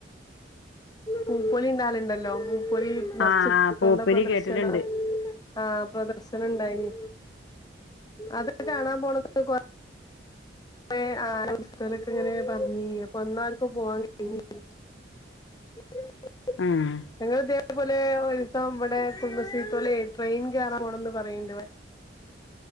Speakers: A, on the left; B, on the left.
A: പൂപ്പൊലി ഉണ്ടാലുണ്ടല്ലോ പൂപ്പൊലി നർച്ചു
B: ആഹ്
A: പൂക്കളുടെ
B: ആഹ് പൂപ്പലി
A: പ്രദർശന
B: കേട്ടിട്ടുണ്ട്.
A: ആഹ് പ്രദർശനം ഉണ്ടായി അത് കെ കാണാൻ പോണത് കൊ കുറേ അഹ് ആ പുസ്തകലൊക്കെ ഇങ്ങനെ പറഞ്ഞി പ്പന്നർക്കും പോവാൻ <unintelligible> <inaudible>
B: ആഹ്
A: ഞങ്ങൾ ഇതേ പോലെ ഒരു ദിവസം ഇവിടെ കടുംബശ്രീത്തോലെ ട്രെയിൻ കേറാൻ പോണന്ന് പറയ്ണ്ട് <unintelligible>